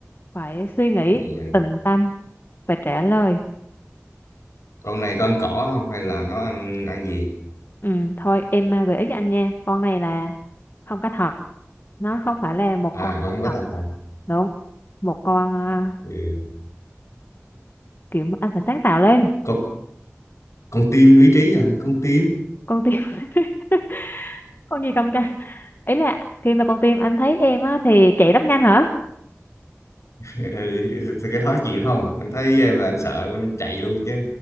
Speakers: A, on the left (about 45°); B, on the left (about 75°).
A: phải suy nghĩ
B: con
A: tịnh tâm và trả lời
B: con này con cỏ không hay là nó ăn ăn gì
A: ừ thôi em à, gợi ý cho anh nha con này là không có thật nó không phải là một
B: à
A: con
B: con
A: có
B: không có
A: thật
B: tập à
A: đúng một con à,
B: ừ.
A: kiểu mà anh phải sáng tạo lên
B: con con tim lý trí à con tim
A: con tim <laughs> con gì không cha ý là khi mà con tim anh thấy em á thì chạy rất nhanh hả
B: <laughs> ừ. thì cái đó chuyện không anh thấy em là anh sợ anh chạy luôn chứ